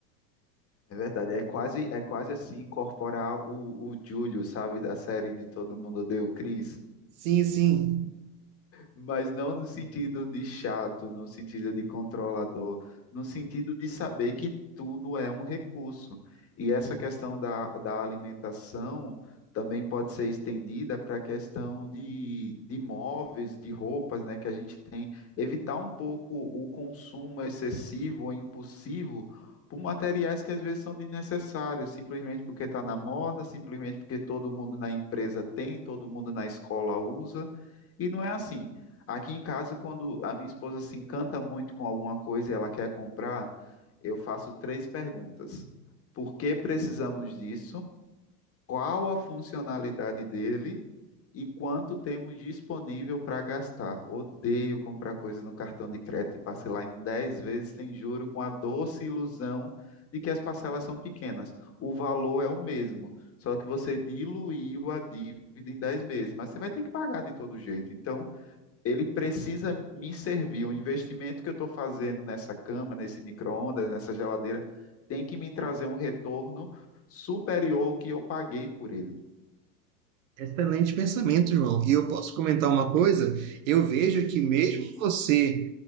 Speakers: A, on the left; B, on the right.
A: É verdade, é quase, é quase assim incorporar o, o Júlio, sabe, da série de Todo Mundo Odeia o Chris.
B: Sim, sim.
A: Mas não no sentido de chato, no sentido de controlador, no sentido de saber que tudo é um recurso. E essa questão da, da alimentação também pode ser estendida para a questão de, de móveis, de roupas, né, que a gente tem. Evitar um pouco o consumo excessivo ou impulsivo por materiais que às vezes são desnecessários, simplesmente porque está na moda, simplesmente porque todo mundo na empresa tem, todo mundo na escola usa. E não é assim. Aqui em casa, quando a minha esposa se encanta muito com alguma coisa e ela quer comprar, eu faço três perguntas. Por que precisamos disso? Qual a funcionalidade dele? E quanto temos disponível para gastar? Odeio comprar coisas no cartão de crédito e parcelar em 10 vezes sem juro, com a doce ilusão de que as parcelas são pequenas. O valor é o mesmo, só que você diluiu a dívida em 10 meses, mas você vai ter que pagar de todo jeito. Então, ele precisa me servir. O investimento que eu estou fazendo nessa cama, nesse micro-ondas, nessa geladeira, tem que me trazer um retorno superior ao que eu paguei por ele.
B: Excelente pensamento, João. E eu posso comentar uma coisa? Eu vejo que mesmo você,